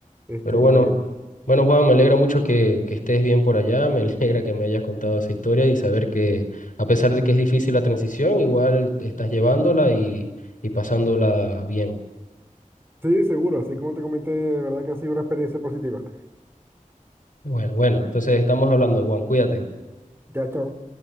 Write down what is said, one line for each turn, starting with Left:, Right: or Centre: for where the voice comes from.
Right: este
Left: Pero bueno,
Right: Mario.
Left: bueno Juan, me alegra mucho que, que estés bien por allá, me <laughs> alegra que me hayas contado esa historia y saber que a pesar de que es difícil la transición, igual te estás llevándola y, y pasándola bien.
Right: Sí, seguro, así como te comenté, de verdad que ha sido una experiencia positiva.
Left: Bueno, bueno, entonces estamos hablando, Juan, cuídate.
Right: Ya, chao.